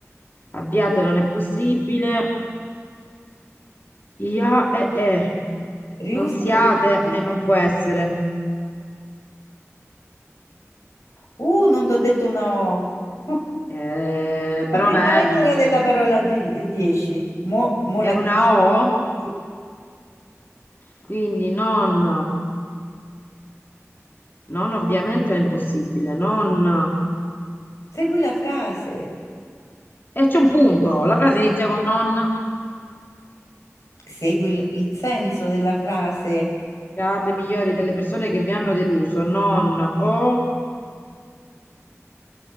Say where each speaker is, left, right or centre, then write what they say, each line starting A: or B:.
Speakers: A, on the left; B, on the left.
A: abbiate, non è possibile. Ia e e.
B: riusa
A: Non siate
B: quella D.
A: e non può essere.
B: Uh, non ti ho detto una O. <laughs>
A: Eh, però
B: La prima
A: vedi,
B: lettera della parola 10. Mo, mo
A: È
B: la dici.
A: una O,
B: Sì.
A: quindi non, non ovviamente è impossibile, non...
B: Segui la frase,
A: E c'è un punto, la frase inizia con non,
B: segui il, il senso della frase.
A: siate migliori delle persone che vi hanno deluso, non o...